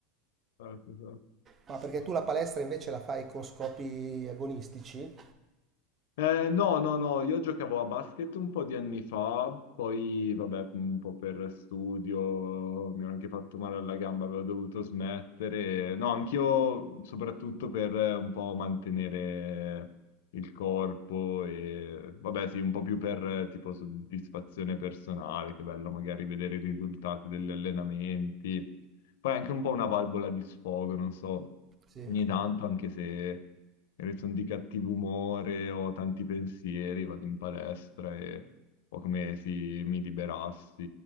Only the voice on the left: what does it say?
Certo, certo.
Eh, no, no, no, io giocavo a basket un po' di anni fa, poi vabbè, un po' per studio mi ho anche fatto male alla gamba, avevo dovuto smettere. No, anch'io soprattutto per eh, un po' mantenere il corpo e vabbè, sì, un po' più per eh, tipo soddisfazione personale, che bello magari vedere i risultati degli allenamenti. Poi è anche un po' una valvola di sfogo, non so,
ogni tanto, anche se magari sono di cattivo umore o ho tanti pensieri, vado in palestra e un po' come se mi liberassi